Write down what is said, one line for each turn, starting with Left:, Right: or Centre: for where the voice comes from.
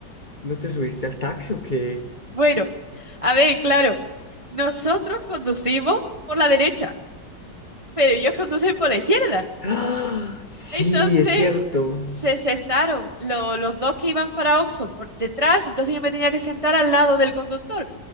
Left: ¿no te subiste al taxi o qué?
Right: Bueno, a ver, claro, nosotros conducimos por la derecha, pero ellos conducen por la izquierda.
Left: ¡Ah! Sí,
Right: Entonces,
Left: es cierto.
Right: se sentaron lo- los dos que iban para Oxford por detrás, entonces yo me tenía que sentar al lado del conductor.